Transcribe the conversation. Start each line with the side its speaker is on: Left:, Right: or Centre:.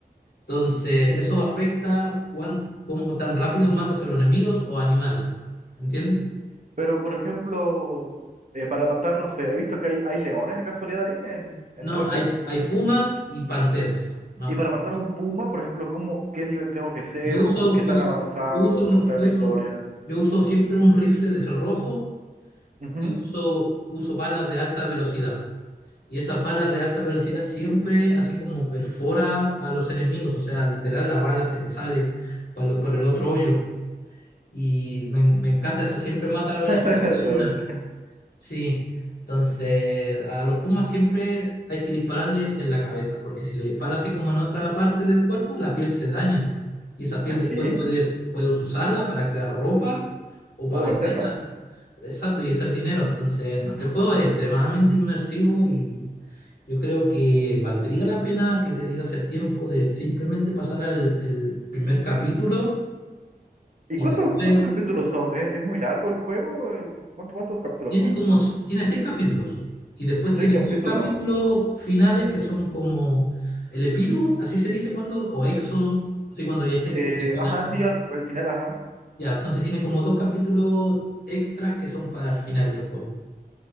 Left: Entonces, eso afecta cuán, cómo tan rápido matas a los enemigos o animales, ¿entiendes?
Right: pero por ejemplo, eh, para matar, no sé he visto que hay, hay leones de casualidad ahí en, en
Left: No,
Right: Red
Left: hay,
Right: Dead.
Left: hay pumas y panteras. No,
Right: Y para matar a un puma, por ejemplo, ¿cómo, qué nivel tengo que ser
Left: yo uso,
Right: o qué tan
Left: yo, uso,
Right: avanzado
Left: yo uso,
Right: tengo que estar
Left: yo
Right: en la
Left: uso
Right: historia?
Left: yo uso siempre un rifle de rojo
Right: Ujú.
Left: y uso, uso balas de alta velocidad. Y esas balas de alta velocidad siempre así como perfora a los enemigos, o sea, literal la bala se le sale pa lo- por el otro hoyo. Y me, en- me encanta eso, siempre mata a los
Right: <laughs>
Left: enemigos
Right: Troya.
Left: de una. Sí, entonces a los pumas siempre hay que dispararle en la cabeza, porque si le dispara así como en otra parte del cuerpo, la piel se daña. Y esa piel
Right: ¿Así?
Left: después puedes, puedes usarla para crear ropa o para
Right: ¿Puedo venderla?
Left: venderla. Exacto, y hacer dinero. Entonces, no, el juego es extremadamente inmersivo y yo creo que valdría la pena que te dieras el tiempo de simplemente pasar al el primer capítulo
Right: ¿Y
Left: y
Right: cuántos,
Left: después
Right: cuántos capítulos son? ¿Es, es muy largo el juego? Eh, ¿Cuánto- cuántos capítulos
Left: tiene
Right: son?
Left: como s- tiene seis capítulos y después tiene
Right: Seis capítulos.
Left: dos capítulos finales que son como el epílogo, así se dice cuando, o éxodo, así cuando ya estáis
Right: Eh,
Left: como en el final.
Right: ajá, sí, al, al final, ajá.
Left: Ya, entonces tiene como dos capítulos extras que son para el final del juego.